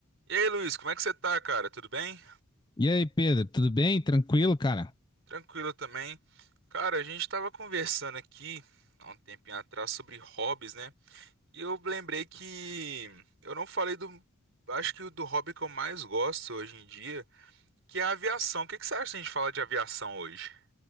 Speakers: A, on the right (about 60°); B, on the left (about 20°).
A: E aí, Luiz, como é que você tá, cara? Tudo bem?
B: E aí, Pedro, tudo bem? Tranquilo, cara?
A: Tranquilo também. Cara, a gente tava conversando aqui há um tempinho atrás sobre hobbies, né? E eu lembrei que eu não falei do. Acho que o do hobby que eu mais gosto hoje em dia, que é a aviação. O que que você acha se a gente falar de aviação hoje?